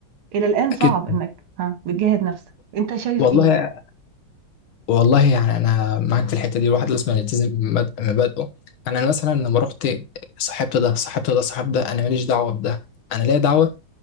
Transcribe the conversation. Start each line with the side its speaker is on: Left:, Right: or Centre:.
Right: الى الان صعب
Left: أكيد
Right: انك ها بتجاهد نفسك انت شايف
Left: والله
Right: ايه
Left: والله يعني أنا معاك في الحتة دي الواحد لازم يلتزم بمبادئ- بمبادئه يعني أنا مثلا لما رحت صاحبت ده صاحبت ده صاحب ده أنا ماليش دعوة بده أنا ليا دعوة